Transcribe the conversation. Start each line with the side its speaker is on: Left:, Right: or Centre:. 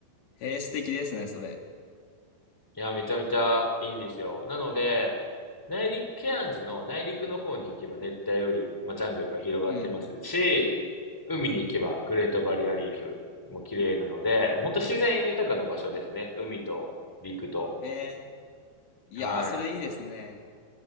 Left: へえ、素敵ですね、それ。
Centre: いや、めちゃめちゃいいんですよ。なので、内陸、ケアンズの内陸の方に行けば熱帯雨林、まあ、ジャングルが広がっていますし、
Left: うん。
Centre: 海に行けばグレートバリアリーフも綺麗なので、もう本当自然豊かな場所ですね。海と陸と。
Left: へえ、いや、
Centre: はい。
Left: それいいですね。